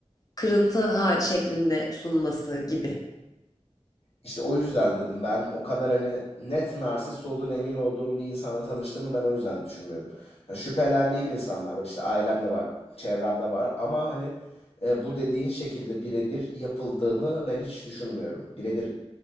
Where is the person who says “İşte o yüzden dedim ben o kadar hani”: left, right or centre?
Left